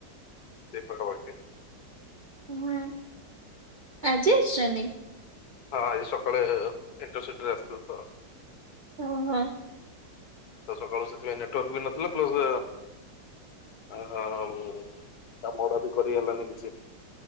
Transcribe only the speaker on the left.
ସେଇ ପାଖାପାଖି।
ହଁ ଆଜି ସକାଳେ ଏଣ୍ଟରସିଟିରେ ଆସିଥିଲ ତ।
ତ ସକାଳୁ ସେଥିପାଇଁ ନେଟୱାର୍କ ବି ନଥିଲା ପ୍ଲସ୍ ଅହ ତା ମଡ ବି କରି ହେଲାନି କିଛି